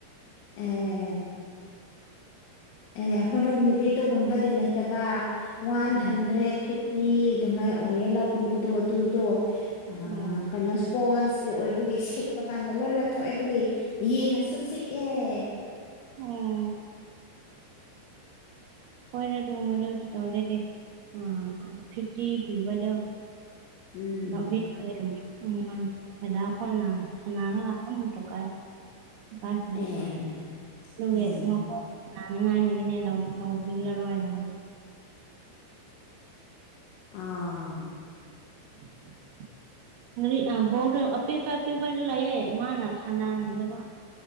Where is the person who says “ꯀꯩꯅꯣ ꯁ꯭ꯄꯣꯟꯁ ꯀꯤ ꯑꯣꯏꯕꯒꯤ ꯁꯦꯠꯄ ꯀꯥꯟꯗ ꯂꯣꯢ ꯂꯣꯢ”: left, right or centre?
Left